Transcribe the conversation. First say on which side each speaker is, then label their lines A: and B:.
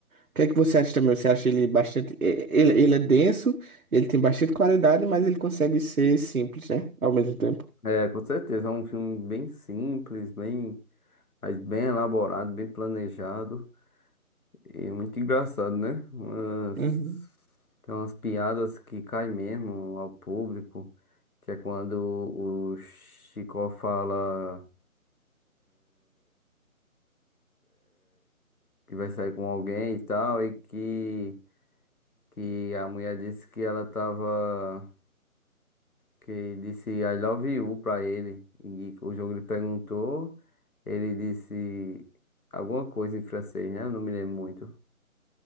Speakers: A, on the right; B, on the left.
A: O que é que você acha também? Você acha ele bastante. e- Ele, ele é denso, ele tem bastante qualidade, mas ele consegue ser simples, né? Ao mesmo tempo.
B: É, com certeza, é um filme bem simples, bem, mas bem elaborado, bem planejado e muito engraçado, né? Umas-
A: Uhum.
B: tem umas piadas que caem mesmo ao público, que é quando o Chico fala que vai sair com alguém e tal, e que, que a mulher disse que ela tava, que disse I love you pra ele, e o jogo lhe perguntou, ele disse alguma coisa em francês, né? Eu não me lembro muito.